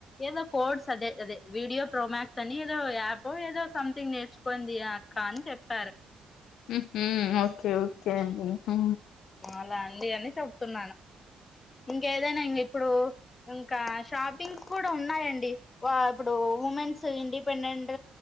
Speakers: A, on the left; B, on the left.
A: ఏదో కోడ్స్ అదే అదే వీడియో ప్రోమాక్స్ అని ఏదో యాప్ ఏదో సంథింగ్ నేర్చుకోంది అక్క అని చెప్పారు.
B: హు మ్మ్ ఓకే ఓకే అండి. హూ
A: అలా అండి అని చెప్తున్నాను. ఇంకేదైనా ఇంక ఇప్పుడు ఇంకా షాప్ పింగ్స్ కూడా ఉన్నాయండి వా ఇప్పుడు ఉమెన్స్ ఇండిపెండెంట్